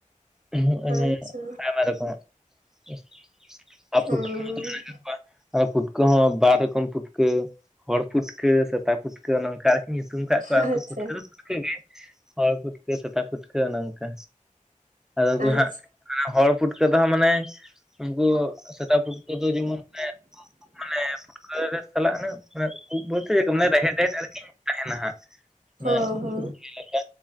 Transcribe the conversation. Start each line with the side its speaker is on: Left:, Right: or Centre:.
Centre: <unintelligible>
Right: ᱟᱪᱪᱷᱟ
Centre: ᱟᱭᱢᱟ ᱨᱚᱠᱚᱢᱟᱜ <unintelligible> ᱟᱨ
Right: ᱦᱩᱸ
Centre: ᱯᱩᱴᱠᱟᱹᱠᱚ ᱢᱮᱱᱟᱜ ᱟᱠᱟᱫ ᱠᱚᱣᱟ ᱟᱨ ᱯᱩᱴᱠᱟᱹ ᱦᱚᱸ ᱵᱟᱨ ᱨᱚᱠᱚᱢ ᱯᱩᱴᱠᱟᱹ ᱦᱚᱲ ᱯᱩᱴᱠᱟᱹ ᱥᱮᱛᱟ ᱯᱩᱴᱠᱟᱹ ᱱᱚᱝᱠᱟ ᱧᱩᱛᱩᱢ ᱠᱟᱜ ᱠᱚᱣᱟ
Right: ᱟᱪᱪᱷᱟ
Centre: ᱠᱚ ᱯᱩᱴᱠᱟᱹ ᱯᱩᱴᱠᱟᱹ ᱜᱮ ᱦᱚᱲ ᱯᱩᱴᱠᱟᱹ ᱥᱮᱛᱟ ᱯᱷᱩᱴᱠᱟᱹ ᱚᱱᱮ ᱚᱱᱠᱟ, ᱟᱫᱚ
Right: ᱟᱪᱪᱷᱟ
Centre: ᱠᱚ ᱦᱟᱸᱜ ᱦᱚᱲ ᱯᱩᱴᱠᱟᱹ ᱫᱚ ᱦᱟᱜ ᱢᱟᱱᱮ ᱩᱱᱠᱩ ᱥᱮᱛᱟ ᱯᱩᱴᱠᱟᱹ ᱫᱚ ᱡᱮᱢᱚᱱ <unintelligible> ᱢᱟᱱᱮ ᱯᱷᱩᱴᱠᱟᱹ ᱨᱮ ᱥᱟᱞᱟᱜ ᱮᱱᱟ ᱢᱟᱱᱮ ᱩᱵ ᱵᱚᱞᱛᱮ ᱢᱟᱱᱮ ᱨᱮᱦᱮᱫ ᱨᱮᱦᱮᱫ ᱟᱨ ᱠᱤ ᱛᱟᱦᱮᱱᱟ ᱦᱟᱸᱜ
Right: ᱦᱚ
Centre: ᱱᱮ
Right: ᱦᱚ
Centre: <unintelligible> ᱞᱮᱠᱟ